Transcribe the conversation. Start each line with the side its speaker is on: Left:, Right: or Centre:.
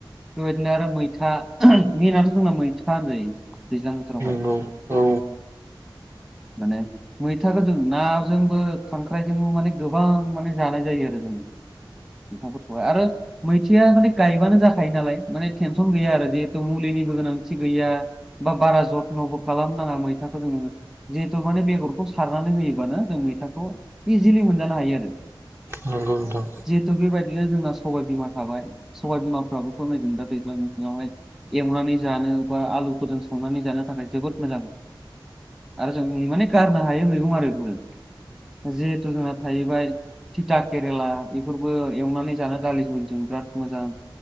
Centre: बेबायदिनो आरो मैथा मेनाथ' जोंना मैथा होनजायो दैज्लां बोथोरावहाय।
Right: नंगौ औ
Centre: माने मैथाखौ जों नाजोंबो खांख्राय माने गोबां माने जानाय जायो आरो जों मैथाफोरखौहाय आरो मैथाया माने गायबानो जाखायो नालाय माने टेनसन गैया आरो जिहेतु मुलिनिबो गोनांथि गैया। बा बारा जथ्न'बो खालामनो नाङा मैथाखौदों जोङो। जिहेथु माने बेगरखौ सारनानै होयोबानो जों मैथाखौ इजिलि मोनजानो हायो आरो।
Right: नंगौ औ नंगौ नोंथां
Centre: जिहेतु बेबायदिनो जोंना सबाय बिमा थाबाय। सबाय बिमाफ्राबोथ नै दा दैज्लां बोथोरावहाय एवनानै जानो बा आलुफोरजों संनानै जानो थाखाय जोबोद मोजां। आरो जों माने गारनो हायो मैगं आरो बेफोरो। जिहेथु जोंना थाहैबाय थिथा केरेला बेफोरबो एवना जानो दालि जों जोबोद मोजां।